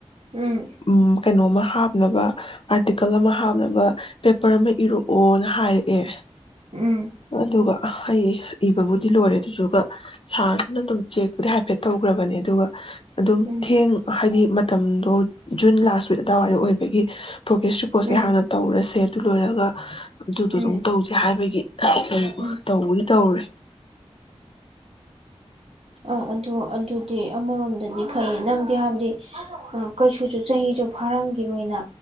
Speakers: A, on the right; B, on the left.
A: ꯎꯝ
B: ꯎꯝ ꯀꯩꯅꯣꯝꯃ ꯍꯥꯞꯅꯕ ꯑꯥꯔꯇꯤꯀꯜ ꯑꯃ ꯍꯥꯞꯅꯕ ꯄꯦꯄꯔ ꯑꯃ ꯏꯔꯛꯑꯣꯅ ꯍꯥꯏꯔꯛꯑꯦ
A: ꯎꯝ
B: ꯑꯗꯨꯒ ꯑꯩ ꯏꯕꯕꯨꯗꯤ ꯂꯣꯏꯔꯦ ꯑꯗꯨꯗꯨꯒ ꯁꯥꯔ <inaudible> ꯆꯦꯛꯄꯨꯗꯤ ꯍꯥꯏꯐꯦꯠ ꯇꯧꯈ꯭ꯔꯕꯅꯦ ꯑꯗꯨꯒ ꯑꯗꯨꯝ
A: ꯎꯝ
B: ꯊꯦꯡ ꯍꯥꯏꯗꯤ ꯃꯇꯝꯗꯣ ꯖꯨꯟ ꯂꯥꯁ ꯋꯤꯛ ꯑꯗꯨꯋꯥꯏꯗ ꯑꯣꯏꯕꯒꯤ ꯄ꯭ꯔꯣꯒ꯭ꯔꯦꯁ ꯔꯤꯄꯣꯔꯠꯁꯦ
A: ꯎꯝ
B: ꯍꯥꯟꯅ ꯇꯧꯔꯁꯦ ꯑꯗꯨ ꯂꯣꯏꯔꯒ ꯑꯗꯨꯗꯣ
A: ꯎꯝ
B: ꯑꯗꯨꯝ ꯇꯧꯁꯦ ꯍꯥꯏꯕꯒꯤ
A: ꯎꯝ
B: ꯇꯧꯕꯨꯗꯤ ꯇꯧꯔꯨꯔꯦ
A: ꯑ ꯑꯗꯨ ꯑꯗꯨꯗꯤ ꯑꯃꯔꯣꯝꯗꯗꯤ ꯐꯩꯌꯦ ꯅꯪꯗꯤ ꯍꯥꯏꯕꯗꯤ ꯀꯩꯁꯨ ꯆꯍꯤꯁꯨ ꯐꯥꯔꯝꯒꯤꯔꯣꯏꯅ